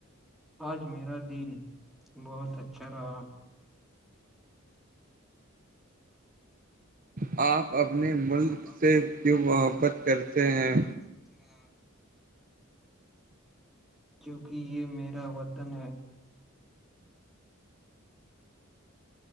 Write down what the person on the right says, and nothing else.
آ <unintelligible> اپنے <unintelligible>
سے کیوں
محبت
کرتے
ہیں